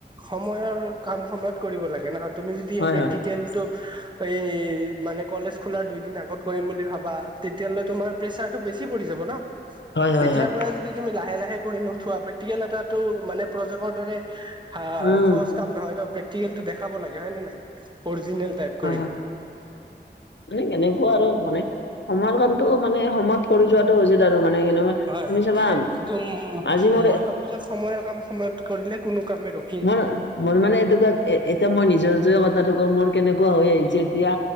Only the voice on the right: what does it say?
সময়ৰ কাম সময়ত কৰিব লাগে ন। তুমি যদি
এই প্ৰেক্টিকেলটো
এই মানে কলেজ খোলাৰ দুইদিন আগত কৰিম বুলি ভাবা তেতিয়ালৈ তোমাৰ প্ৰেছাৰটো বেছি পৰি যাব ন'।
এতিয়াৰ
পৰাই যদি তুমি লাহে-লাহে কৰি নঠোৱা, প্ৰেক্টিকেল এটাটো মানে প্ৰজেকৰ দৰে হা
সহজ কাম নহয়টো প্ৰেক্টিকেলটো দেখাব লাগে, হয় নে নাই। অৰজিনেল টাইপ
কৰি।
হয়,
তুম
মই ভাবোঁ যে সময়ৰ কাম সময়ত কৰিলে কোনো কামে ৰখ